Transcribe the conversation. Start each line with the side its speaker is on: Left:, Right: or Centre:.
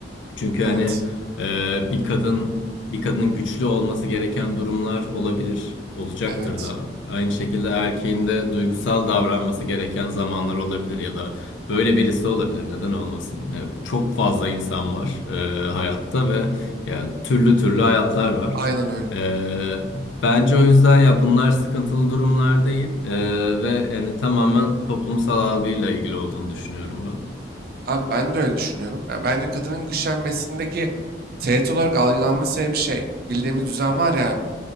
Left: Çünkü
Right: evet,
Left: hani e, bir kadın bir kadının güçlü olması gereken durumlar olabilir, olacaktır
Right: evet.
Left: da. Aynı şekilde erkeğin de duygusal davranması gereken zamanlar olabilir ya da böyle birisi olabilir. Neden olmasın? Yani çok fazla insan var e, hayatta ve yani türlü türlü hayatlar var.
Right: Aynen öyle.
Left: E, bence o yüzden ya bunlar sıkıntılı durumlar değil E, ve yani tamamen toplumsal algıyla ilgili olduğunu düşünüyorum ben.
Right: Abi ben de öyle düşünüyorum. Ya bence kadının güçlenmesindeki tehdit olarak algılanması diye bir şey. Bildiğimiz düzen var ya abi.